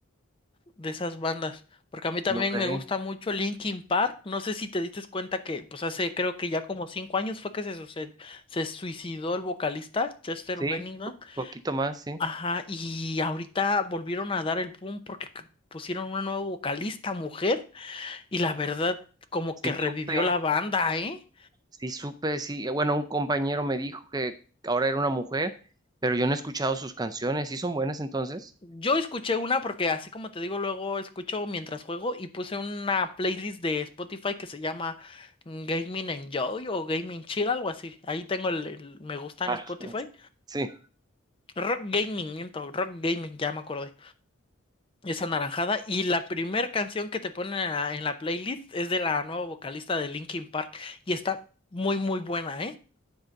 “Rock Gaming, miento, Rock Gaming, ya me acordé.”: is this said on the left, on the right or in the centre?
Left